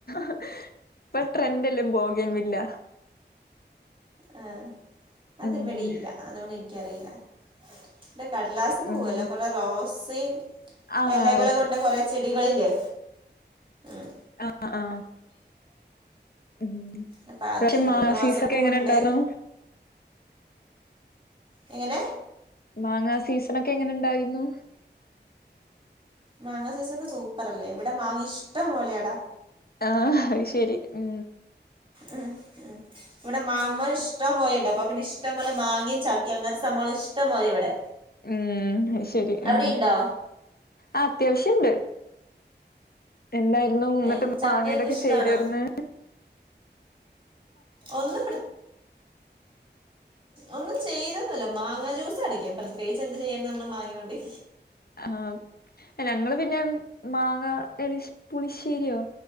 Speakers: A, on the left; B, on the right.
A: ഇപ്പൊ ട്രെൻഡ എല്ലാം പോകേൻ വില്ല.
B: ഏ അത്
A: ഉം
B: ഇവിടെയില്ല അതോണ എനിക്കറിയില്ല. ഇ കട്ലാസ് പൂവല്ലോ
A: ഉം
B: കുറെേ റോസ്
A: ആഹ്
B: ഇലകൾ
A: റോസ്
B: കൊണ്ട് കുറെേ ചെടികളല്ലേ ഉം
A: ആ ആ ഉ
B: അപ്പം അതുണ്ട്
A: പക്ഷെ മാസീസ്
B: റോസപ്പൂവുണ്ട്
A: ഒക്കെ എങ്ങനെ ഇണ്ടായിരുന്നു
B: എങ്ങനെ
A: മാങ്ങാ സീസൺൊക്കെ എങ്ങനെ ഇണ്ടായിരുന്നു
B: മാങ്ങാ സൂപ്പറല്ലേ സൂപ്പർ അല്ലേ ഇവിടെ മാങ്ങ ഇഷ്ടം പോലെ അടാ
A: ആ അ ശെരി ഉ
B: ഉ ഉ ഇവിടെ മാമ്മർ ഇഷ്ടം പോലെണ്ട് അപ്പൊ പിന്നെ ഇഷ്ടം പോലെ മാങ്ങിയയും ചാക്ക അങ്ങനത്തെ നമ്മളിഷ്ടം പോലെ ഇവിടെ
A: ഉം ശരി
B: അവിടെ
A: ഉ
B: ഉണ്ടോ
A: ആ അത്യാവശ്യുണ്ട് എന്തായിരുന്നു മുന്നിട്ട്
B: ഏ ചക്കയൊക്കെ
A: മാങ്ങടൊക്കെ
B: ഇഷ്ടമാണോ
A: ചെയ്തുന്ന്
B: ഒന്ന് ഒന്നും ചെയ്തന്നല്ല മാങ്ങ ജ്യൂസ് അടിക്കും പ്രത്യേകിച്ച് എന്ത് ചെയ്യും നമ്മള് മാങ്ങണ്ടി
A: ആ ഞങ്ങള് പിന്നെ മാങ്ങ എള പുളിശ്ശേരിയോ